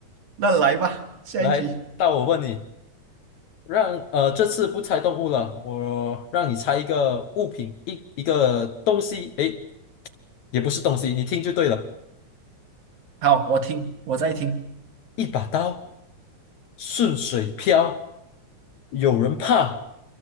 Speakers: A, on the right; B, on the left.
A: 那来吧，下一题。
B: 来，到我问你，让呃这次不猜动物了，我让你猜一个物品，一一个东西，诶，也不是东西，你听就对了。
A: 好，我听，我在听。
B: 一把刀顺水漂，有人怕，